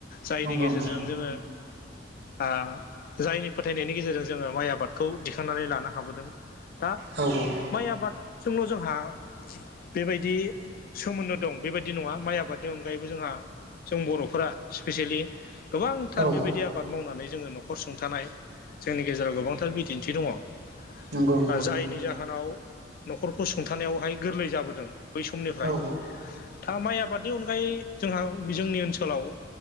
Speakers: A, on the left; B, on the right.
A: जायनि
B: नंगौ
A: गेजेरजों
B: नंगौ
A: जोङो आ जायनि फोथायनायनि गेजेरजों जोङो माइ आबादखौ दिखांनानै लानो हाबोदों दा
B: औ।
A: माइ आबादजोंल' जोंहा बेबायदि सोमोन्दो दं बेबायदि नङा माइ आबादनि अनगायैबो जोंहा जों बर'फोरा स्पेसियेलि गोबांथार
B: औ
A: बेबायदि आबाद मावनानै जोङो न'खर सुंथानाय जोंनि गेजेराव गोबांथार बिदिन्थि दङ। ओ
B: नंगौ नंगौ
A: जायनि जाहोनाव न'खरखौ सुंथानायावहाय गोरलै जाबोदों बै समनिफ्राय
B: औ
A: था माइ आबादनि अनगायै जोंहा जोंनि ओनसोलाव